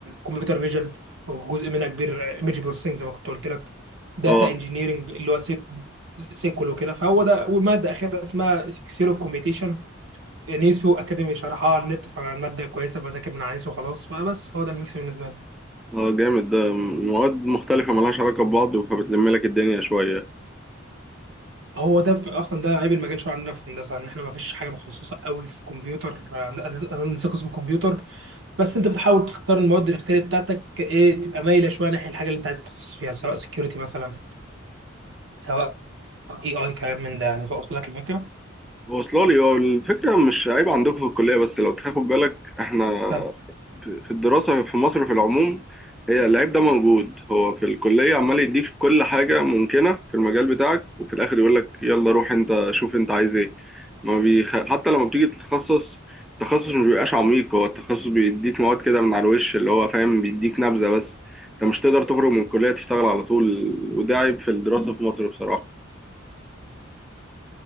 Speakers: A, on the right (about 65°); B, in the centre.
A: كمبيوتر فيجن وجزء منها كبير ايمج بروسيسنج زي ما كنت قلت لك داتا
B: آه
A: انجينيرنج اللي هو سيك سيكول وكده فهو ده وماده اخيره اسمها سيول اوف كومبيتيشن نيسو اكاديمي شرحها على النت فالماده كويسه بذاكر من على نيسو خلاص فبس هو ده الميكس بالنسبه لي
B: آه جامد ده مواد مختلفة ملهاش علاقة ببعض فبتلم لك الدنيا شوية
A: هو ده في اصلا ده عيب المجال شويه عندنا في هندسه ان احنا ما فيش حاجه متخصصه قوي في كمبيوتر آه، انا لسه قسم كمبيوتر بس انت بتحاول تختار المواد الاختياريه بتاعتك ايه تبقى مايله شويه ناحيه الحاجه اللي انت عايز تتخصص فيها سواء سكيورتي مثلا سواء اي اي كلام من ده يعني فاوصل لك الفكره
B: واصله لي هو الفكره مش عيب عندكم في الكليه بس لو تاخد بالك احنا
A: طب
B: في في الدراسه في مصر في العموم هي العيب ده موجود هو في الكليه عمال يديك كل حاجه ممكنه في المجال بتاعك وفي الاخر يقول لك يلا روح انت شوف انت عايز ايه ما بيخ... حتى لما بتيجي تتخصص التخصص مش بيبقاش عميق هو التخصص بيديك مواد كده من على الوش اللي هو فاهم بيديك نبذه بس انت مش تقدر تخرج من الكليه تشتغل على طول وده عيب في الدراسه في مصر بصراحه